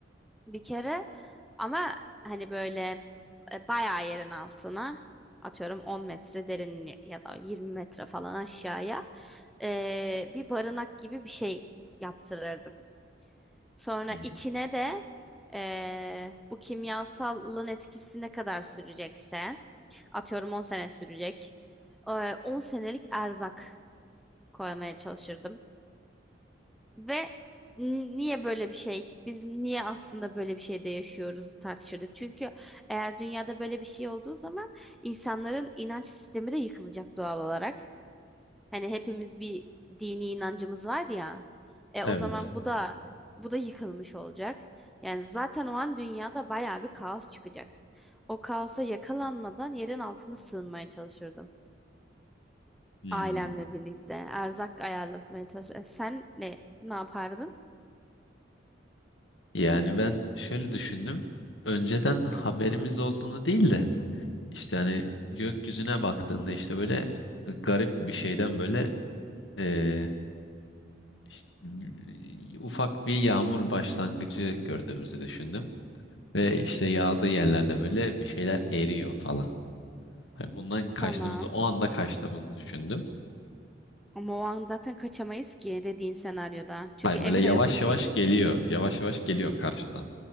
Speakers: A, in the centre; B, on the left.
A: bir kere ama hani böyle e, bayağı yerin altına atıyorum 10 metre derin ya da 20 metre falan aşağıya e, bir barınak gibi bir şey yaptırırdım. Sonra
B: Hmm.
A: içine de eee, bu kimyasalın etkisi ne kadar sürecekse, atıyorum 10 sene sürecek, eee, 10 senelik erzak koymaya çalışırdım. Ve n- niye böyle bir şey? Biz niye aslında böyle bir şeyde yaşıyoruz tartışıyorduk. Çünkü eğer dünyada böyle bir şey olduğu zaman insanların inanç sistemi de yıkılacak doğal olarak. Hani hepimiz bir dini inancımız var ya. E,
B: Evet.
A: o zaman bu da bu da yıkılmış olacak. Yani zaten o an dünyada bayağı bir kaos çıkacak. O kaosa yakalanmadan yerin altına sığınmaya çalışırdım.
B: Hmm.
A: Ailemle birlikte erzak ayarlatmaya çalışırdım. E, sen ne ne yapardın?
B: Yani ben şöyle düşündüm. Önceden haberimiz
A: Hı.
B: olduğunu değil de işte hani gökyüzüne baktığında işte böyle garip bir şeyden böyle eee, işte bir- ufak bir yağmur başlangıcı gördüğümüzü düşündüm. Ve işte yağdığı yerlerde böyle bir şeyler eriyor falan. Hani bundan kaçtığımızı,
A: Tamam.
B: o anda kaçtığımızı düşündüm.
A: Ama o an zaten kaçamayız ki dediğin senaryoda. Çünkü
B: Hayır
A: evi
B: böyle yavaş
A: de yok edecek.
B: yavaş geliyor. Yavaş yavaş geliyor karşından.